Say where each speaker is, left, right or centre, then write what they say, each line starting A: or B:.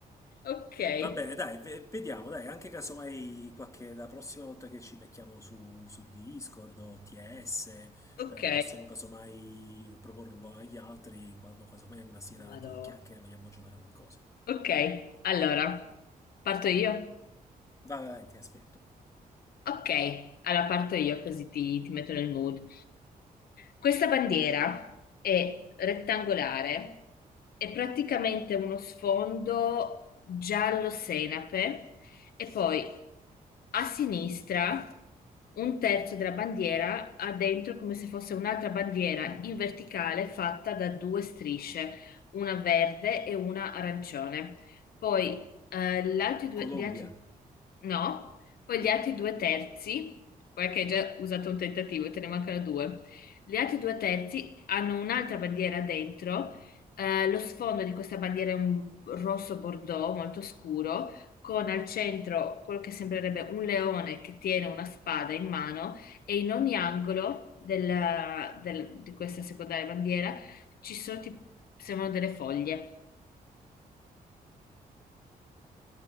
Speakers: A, on the left (about 80°); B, on the left (about 20°).
A: Ok,
B: va bene, dai, ve- vediamo, dai, anche casomai qualche, la prossima volta che ci becchiamo su, su Discord o TS, eh,
A: ok,
B: possiamo casomai proporlo agli altri quando casomai una sera
A: madò.
B: di chiacchiere vogliamo giocare a qualcosa.
A: Ok, allora, parto io.
B: Vai, vai, ti aspetto.
A: Ok, allora parto io così ti, ti metto nel mood. Questa bandiera è rettangolare, è praticamente uno sfondo giallo senape e poi a sinistra un terzo della bandiera ha dentro come se fosse un'altra bandiera in verticale fatta da due strisce, una verde e una arancione. Poi eh, gli altri due,
B: Colombia.
A: gli altri- No? Poi gli altri due terzi, guarda che hai già usato un tentativo e te ne mancano due. Gli altri due terzi hanno un'altra bandiera dentro. eh, lo sfondo di questa bandiera è un rosso bordeaux molto scuro, con al centro quello che sembrerebbe un leone che tiene una spada in mano e in ogni angolo della- del- di questa secondaria bandiera ci sono, tipo, sembrano delle foglie.